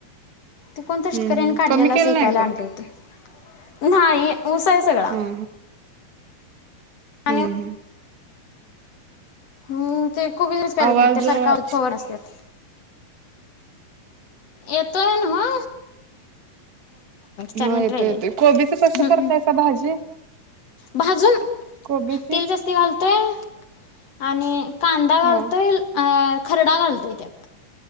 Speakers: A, on the left; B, on the right.
A: ते कोणतरी शेतकऱ्यांनी
B: हम्म हम्म
A: काढलेला
B: कमी केलं
A: अस इकायला
B: नाही का?
A: आणलं होतं. नाही. ऊस आहे सगळा
B: हा हा
A: आणि
B: हम्म हम्म
A: हम् ते खूब दिवस काढत
B: आवाज
A: नाही त्या
B: हा
A: सारखा औषध फवारत असतात. येतोय नव्ह. चार
B: हा
A: मिनिट
B: येतोय
A: राहिलेत
B: येतोय कोबीच कसं
A: हम्म.
B: करताय सा भाजी
A: भाजून
B: कोबीची
A: तेल जास्त घालून तेल आणि कांदा
B: हा
A: घालतोय अ खरडा घालतोय त्यात